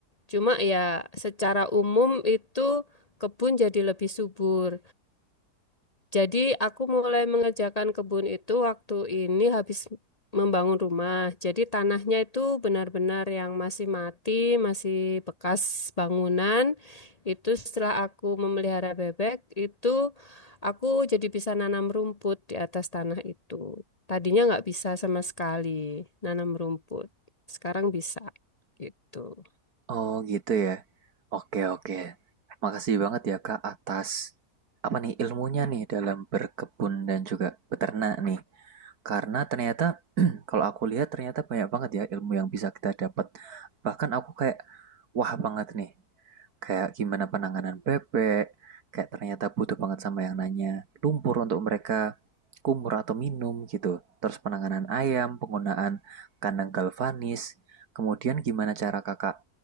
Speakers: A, on the left (about 30°); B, on the right (about 70°).
A: Cuma ya secara umum itu kebun jadi lebih subur. Jadi aku mulai mengerjakan kebun itu waktu ini habis membangun rumah. Jadi tanahnya itu benar-benar yang masih mati, masih bekas bangunan. Itu setelah aku memelihara bebek, itu aku jadi bisa nanam rumput di atas tanah itu. Tadinya nggak bisa sama sekali nanam rumput. Sekarang bisa gitu.
B: Oh gitu ya. Oke oke. Makasih banget ya kak atas apa nih ilmunya nih dalam berkebun dan juga beternak nih. Karena ternyata <clears throat> kalau aku lihat ternyata banyak banget ya ilmu yang bisa kita dapat. Bahkan aku kayak wah banget nih. Kayak gimana penanganan bebek, kayak ternyata butuh banget sama yang nanya lumpur untuk mereka kumur atau minum gitu. Terus penanganan ayam, penggunaan kandang galvanis, kemudian gimana cara kakak